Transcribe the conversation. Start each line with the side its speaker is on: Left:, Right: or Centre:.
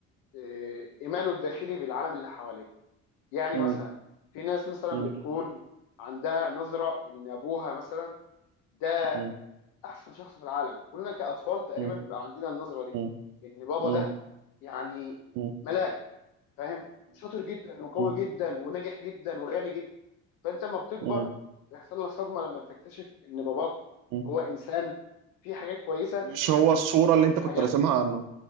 Left: آه، ايمانه الداخلي بالعالم اللي حواليه يعني
Right: م-
Left: مثلا في ناس مثلا
Right: م-
Left: بتكون عندها نظره ان ابوها مثلا ده
Right: م-
Left: احسن شخص في العالم كلنا كاطفال تقريبا
Right: م-
Left: بيبقى عندنا النظره دي
Right: م-
Left: ان بابا
Right: م-
Left: ده يعني
Right: م- م-
Left: ملاك فاهم شاطر جدا وقوي
Right: م-
Left: جدا وناجح جدا وغني جدا فانت لما بتكبر
Right: م- م-
Left: بيحصل لك صدمه لما بتكتشف ان باباك
Right: م-
Left: هو انسان فيه حاجات كويسه
Right: مش هو الصوره
Left: برضه
Right: اللي
Left: وفيه
Right: انت
Left: حاجات
Right: كنت راسمها عنه